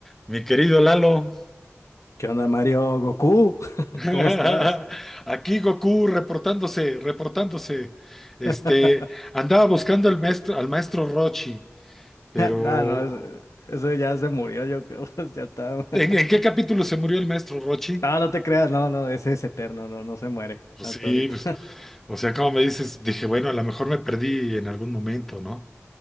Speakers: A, in the centre; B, on the left.
A: Mi querido Lalo,
B: ¿Qué onda, Mario? Goku, <laughs>
A: <laughs>
B: ¿cómo estás?
A: aquí Goku reportándose, reportándose. Este,
B: <laughs>
A: andaba buscando al maestro, al maestro Rochi, pero
B: No, no, es- eso ya se murió, yo creo, <laughs> pues, ya está.
A: ¿en, en
B: <laughs>
A: qué capítulo se murió el maestro Rochi?
B: No, no te creas, no, no, ese es eterno, no, no se muere
A: Pues
B: hasta
A: sí,
B: ahorita.
A: pues, o sea, como me dices, dije, bueno, a lo mejor me perdí en algún momento, ¿no?